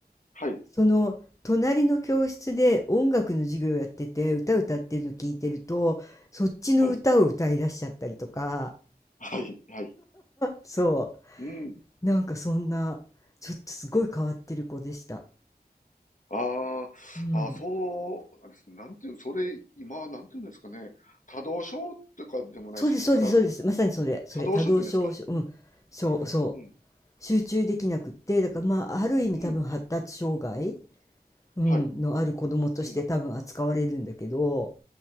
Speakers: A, on the left (about 50°); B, on the left (about 20°).
A: はい。
B: その隣の教室で音楽の授業をやってて、歌歌ってるの聞いてると、そっちの歌を歌い出しちゃったりとか、
A: はい。はい。はい。
B: そ
A: うん。
B: う、なんかそんな、ちょっとすごい変わってる子でした。
A: ああ、
B: うん。
A: あーそうなんです。なんていう、それ、今、なんていうんですかね。多動症とかでもないし、
B: そうです、そうです、
A: ただ、
B: そうです。まさにそれ、それ、
A: 多動症って言うんですか。
B: 多動症、うん、そう、そう。
A: うん。
B: 集中できなくって、だからまあ、ある意味多分発達障害。
A: うん。
B: うん、
A: はい。
B: のある子供として多分扱われるんだけど、
A: うん。